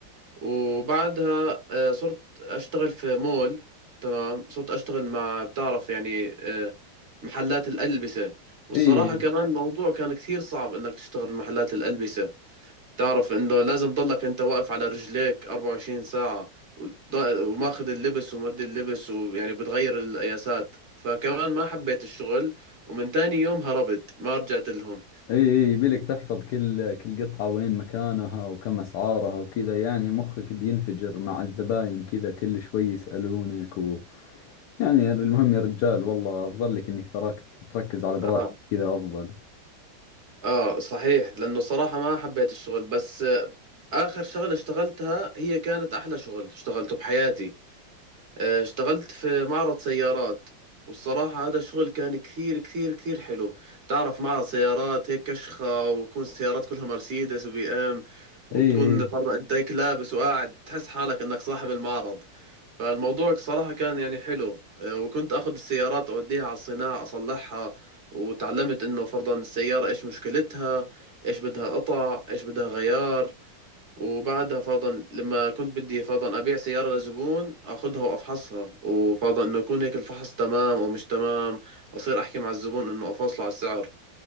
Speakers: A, on the right; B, on the left.
A: وبعدها آه، صرت أشتغل في مول تمام صرت أشتغل مع بتعرف يعني آه، محلات الألبسة والصراحة
B: إي إي
A: كمان الموضوع كان كثير صعب إنك تشتغل محلات الألبسة تعرف إنه لازم تضلك أنت واقف على رجليك 24 ساعة وض- وماخذ اللبس ومودي اللبس ويعني بتغير القياسات فكمان ما حبيت الشغل ومن تاني يوم هربت ما رجعت لهم
B: إي يبيلك تحفظ كل كل قطعة وين مكانها وكم أسعارها وكذا يعني مخك بينفجر مع الزباين كذا كل شوي يسألونك يعني يا- المهم يا رجال والله افضل لك انك تركت تركز على دراستك
A: آه
B: كذا افضل
A: آه صحيح لأنه صراحة ما حبيت الشغل بس آخر شغلة اشتغلتها هي كانت أحلى شغل اشتغلته بحياتي آه، اشتغلت في معرض سيارات والصراحة هذا الشغل كان كثير كثير كثير حلو تعرف معرض سيارات هيك كشخة وتكون السيارات كلها مرسيدس وبي ام وتكون
B: اي اي
A: برضه انت هيك لابس وقاعد تحس حالك انك صاحب المعرض فالموضوع صراحة كان يعني حلو آه، وكنت اخذ السيارات اوديها على الصناعة اصلحها وتعلمت انه فرضا السيارة ايش مشكلتها ايش بدها قطع ايش بدها غيار وبعدها فرضا لما كنت بدي فرضا أبيع سيارة لزبون أخذها وأفحصها وفرضا إنه يكون هيك الفحص تمام أو مش تمام أصير أحكي مع الزبون إنه أفاصله على السعر